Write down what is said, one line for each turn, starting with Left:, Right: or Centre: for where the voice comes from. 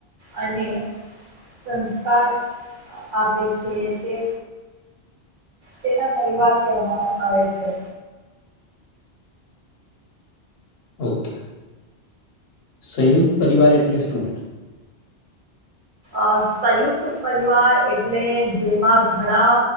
Right: અને સંસ્કાર આ આપે છે તે તેના પરિવાર કહેવામાં આ આવે છે.
Left: ઓકે સંયુક્ત પરિવાર એટલે શું?
Right: અ સંયુક્ત પરિવાર એટલે જેમાં ઘણા